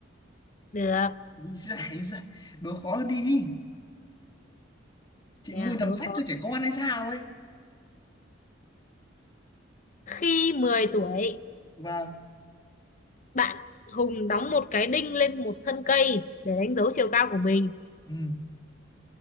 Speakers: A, on the left; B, on the left.
A: được
B: Ý giời, ý giời, đố khó hơn đi chị
A: yeah,
B: mua nhầm
A: đố
B: sách
A: khó
B: cho trẻ con hay sao ấy
A: khi 10 tuổi
B: vâng
A: Bạn Hùng đóng một cái đinh lên một thân cây để đánh dấu chiều cao của mình.
B: ừ